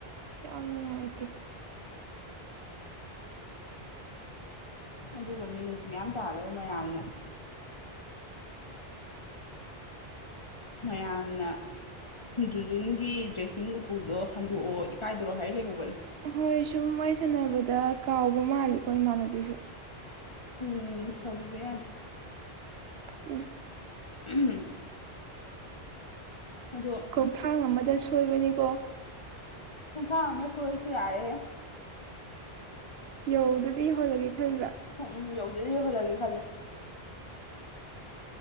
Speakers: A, on the right; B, on the left.
A: ꯌꯥꯝ ꯅꯨꯡꯉꯥꯏꯇꯦ
B: ꯑꯗꯨꯒ ꯃꯤꯅꯨꯡꯁꯤ ꯃꯌꯥꯝ ꯇꯥꯍꯜꯂꯒ ꯃꯌꯥꯝꯅ ꯃꯌꯥꯝꯅ ꯖꯨꯟꯖꯨꯟꯒꯤ ꯗ꯭ꯔꯦꯁꯤꯡ ꯎꯄꯨꯗꯣ ꯍꯟꯗꯣꯛꯑꯣ ꯏꯀꯥꯏꯗꯔꯣ ꯍꯥꯏ ꯂꯩꯍꯧꯕꯅꯦ
A: ꯍꯣꯏ ꯁꯨꯝ ꯋꯥꯔꯤ ꯁꯥꯟꯅꯕꯗ ꯀꯥꯎꯕ ꯃꯥꯜꯂꯤꯀꯣ ꯏꯃꯥꯟꯅꯕꯤꯁꯨ
B: ꯎꯝ ꯁꯧꯕꯤꯕ ꯑꯗ
A: ꯎꯝ
B: ꯎ <unintelligible> ꯑꯗꯣ
A: ꯈꯣꯡꯊꯥꯡ ꯑꯃꯗ ꯁꯣꯏꯕꯅꯤꯀꯣ
B: ꯍꯨꯡ ꯐ ꯃ ꯁꯣꯜꯁꯨ ꯌꯥꯔꯦ
A: ꯌꯧꯗꯗꯤ ꯏ ꯌꯣꯜꯂꯒꯦ ꯈꯟꯕ꯭ꯔꯥ
B: ꯎꯝ ꯎꯝ ꯌꯧꯗꯗꯤ ꯌꯍ ꯂꯒꯦ ꯈꯦ <unintelligible>